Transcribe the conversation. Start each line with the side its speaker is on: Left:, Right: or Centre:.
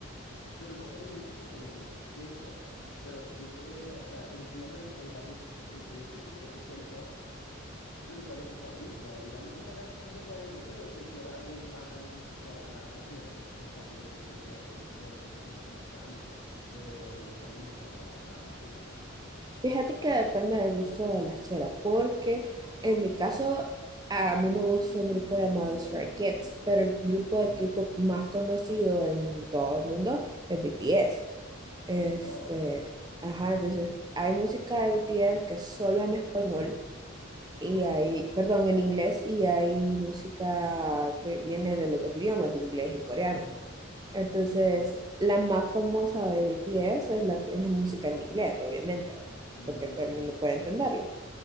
Left: Pero vos me dijiste que te gusta el K-pop. Pero que, o sea, entiendo de que hay varios eh, este, grupos de K-pop, pero ¿cuál es tu favorito? Digamos, una canción favorita tuya, porque van a venir, van a venir muchas charas a la, a la fiesta, entonces también yo sé que este, tem- este género musical eh, le gusta mucho a, la- a las chicas.
Right: Fíjate que depende del gusto de las cheras, porque en mi caso, a mí me gusta un grupo llamado Stray Kids, pero el grupo de
Left: Ujú.
Right: K-pop más conocido en todo el mundo es BTS. Este,
Left: Oh, ok.
Right: ajá, entonces hay música de BTS que es solo en español y hay, perdón, en inglés y hay música que viene de los dos idiomas, de inglés y coreano.
Left: Ujú.
Right: Entonces,
Left: Ok.
Right: la más famosa de BTS es la, que- la música en inglés, obviamente, ¿va?
Left: Mm,
Right: porque todo
Left: ok,
Right: el mundo puede
Left: ok.
Right: entenderle.